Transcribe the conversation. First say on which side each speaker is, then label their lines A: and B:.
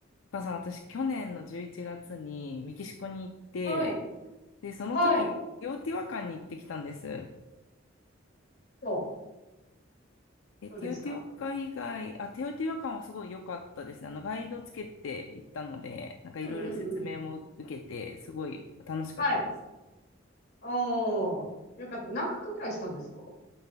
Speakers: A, on the left; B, on the left.
A: お母さん、私、去年の11月にメキシコに行って、
B: はい。
A: で、その時、
B: はい。
A: ティオティワカンに行ってきたんです。
B: そう。
A: え、
B: どうでした
A: ティオティワカン以外、あ、ティオティワカンはすごい良かったですね。あの、ガイドつけて行ったので、なんかいろいろ説明も受けて、
B: うんうんうん。
A: すごい楽しかったです。
B: はい。おー。よかった。何泊くらいしたんですか